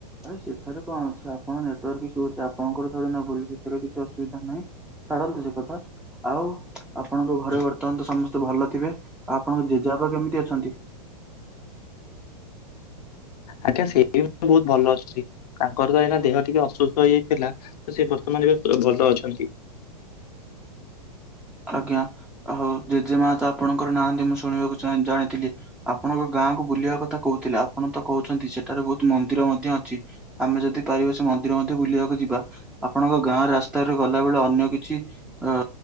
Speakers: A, in the centre; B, on the left (about 65°).
A: ଆରେ ସେଥିରେ କଣ ଅଛି, ଆପଣଙ୍କ ନେଟାର୍କ ଇସୁ ହଉଛି। ଆପଣଙ୍କର ଥୋଡି ନା ଭୁଲ ଅଛି। ସେଥିରେ କିଛି ଅସୁବିଧା ନାହିଁ। ଛାଡ଼ନ୍ତୁ ସେ କଥା। ଆଉ ଆପଣଙ୍କ ଘରେ ବର୍ତ୍ତମାନ ତ ସମସ୍ତେ ଭଲ ଥିବେ। ଆଉ ଆପଣଙ୍କ ଜେଜେବାବା କେମିତି ଅଛନ୍ତି?
B: ଆଜ୍ଞା ସେ ବି ମୁ ବହୁତ ଭଲ ଅଛନ୍ତି। ତାଙ୍କର ତ ଏଇନା ଦେହ ଟିକେ ଅସୁସ୍ଥ ହେଇଯାଇଥିଲା। ତ ସେ ବର୍ତ୍ତମାନ ଏବେ ପୁରା ଭଲ ଅଛନ୍ତି।
A: ଆଜ୍ଞା, ଆଉ ଜେଜେ ମା ତ ଆପଣଙ୍କର ନାହାନ୍ତି ମୁଁ ଶୁଣିବାକୁ ଚାହିଁ-ଜାଣିଥିଲି। ଆପଣଙ୍କ ଗାଁ କୁ ବୁଲିବା କଥା କହୁଥିଲେ। ଆପଣ ତ କହୁଛନ୍ତି ସେଠାରେ ବହୁତ ମନ୍ଦିର ମଧ୍ୟ ଅଛି। ଆମେ ଯଦି ପାରିବା ସେ ମନ୍ଦିର ମଧ୍ୟ ବୁଲିବାକୁ ଯିବା। ଆପଣଙ୍କ ଗାଁ ରାସ୍ତାରେ ଗଲାବେେଳେ, ଅନ୍ୟ କିଛି ଅ